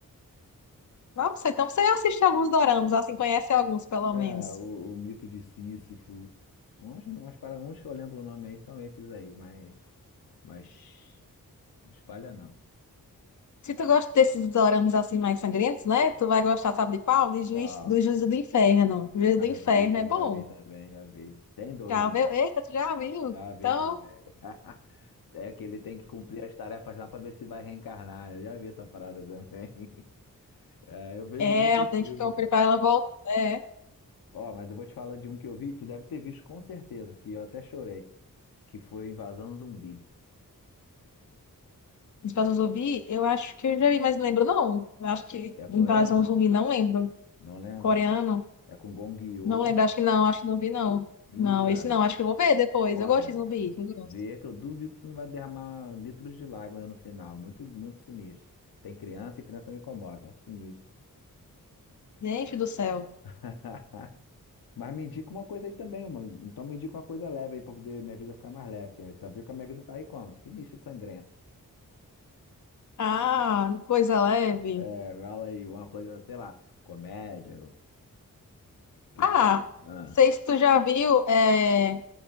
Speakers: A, on the left; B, on the left.
A: Nossa, então você assiste alguns doramas, assim, conhece alguns, pelo
B: É,
A: menos.
B: o, o mito de Sísifo. Uns, umas para uns que eu lembro o nome aí são esses aí, mas, mas não espalha não.
A: Se tu gosta desses doramas, assim, mais sangrentos, né? Tu vai gostar, sabe de qual? De Juiz,
B: Qual?
A: do Juízo do Inferno. Juízo
B: Já
A: do Inferno
B: vi,
A: é bom.
B: já vi também, já vi. Tem dois,
A: Já
B: né?
A: viu? Eita, tu já viu?
B: Já vi
A: Então,
B: também. <laughs> É que ele tem que cumprir as tarefas lá pra ver se vai reencarnar. Eu já vi essa parada também. <laughs> É, eu vejo
A: é,
B: muito
A: eu tenho
B: filme,
A: que comprar
B: cara.
A: pra ela voltar. É.
B: Ó, mas eu vou te falar de um que eu vi, tu deve ter visto com certeza, que eu até chorei, que foi Invasão Zumbi.
A: Invasão Zumbi, eu acho que eu já vi, mas não lembro, não. Eu acho que
B: É coreano,
A: Invasão Zumbi, não lembro.
B: não lembra?
A: Coreano,
B: É com Gong Yoo.
A: não lembro. Acho que não, acho que não vi, não.
B: Ih,
A: Não,
B: cara,
A: esse não. Acho que eu vou ver depois.
B: olha,
A: Eu gosto de zumbi. Eu gosto.
B: vê que eu duvido que tu não vai derramar litros de lágrimas no final. Muito, muito sinistro. Tem criança e criança me comove. É sinistro.
A: Gente do céu.
B: <laughs> Mas me indica uma coisa aí também, mano. Então me indica uma coisa leve aí pra poder minha vida ficar mais leve. Porque tá viu que a minha vida tá aí como? Sinistro de sangrento.
A: Ah, coisa leve.
B: É, fala aí, uma coisa, sei lá, comédia. O que
A: Ah,
B: que tu. Ah,
A: não sei se tu já viu, é,